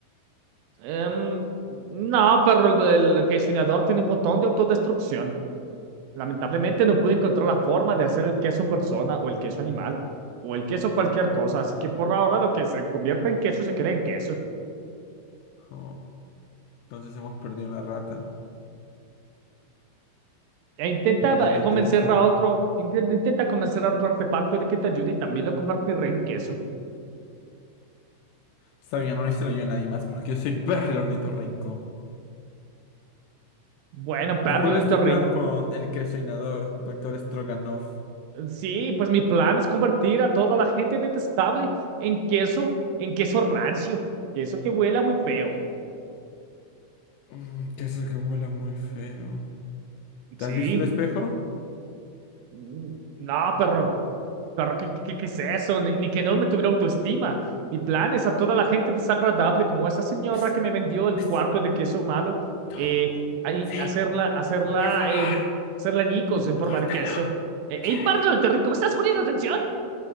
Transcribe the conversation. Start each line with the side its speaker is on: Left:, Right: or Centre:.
Right: Em, no, pero el, el quesionador tiene un botón de autodestrucción. Lamentablemente no pude encontrar la forma de hacer el queso persona o el queso animal o el queso cualquier cosa, así que por ahora lo que se convierte en queso se queda en queso.
Left: Oh, entonces hemos perdido una rata.
Right: E intenta
Left: Momento
Right: va- convencer
Left: triste.
Right: a otro, inten- intenta convencer a otro artefacto de que te ayude y también lo convertiré en queso.
Left: Está bien, no lo yo a nadie más porque yo soy Perry el ornitorrinco.
Right: Bueno, perro,
Left: ¿Y cuál
Right: lo
Left: es
Right: interrinco.
Left: tu plan con el queso inodoro, doctor Stroganoff?
Right: Sí, pues mi plan es convertir a toda la gente detestable en queso, en queso rancio, queso que huela muy feo.
Left: Mm, queso que huela muy feo. ¿Te
Right: Sí.
Left: has visto el espejo?
Right: Mm, No, perro, perro, ¿qué, qué, qué es eso? Ni, ni que no me tuviera autoestima, ni planes, a toda la gente desagradable, como esa señora
Left: Ps,
Right: que me vendió el
Left: ps,
Right: cuarto de queso malo,
Left: tú,
Right: eh, ahí,
Left: sí,
Right: hacerla, hacerla,
Left: por favor,
Right: eh, hacerla ñicos en forma
Left: córtalo,
Right: de queso. Eh,
Left: chévere.
Right: ¡Ey, páralo, te rico! ¿Me estás poniendo atención?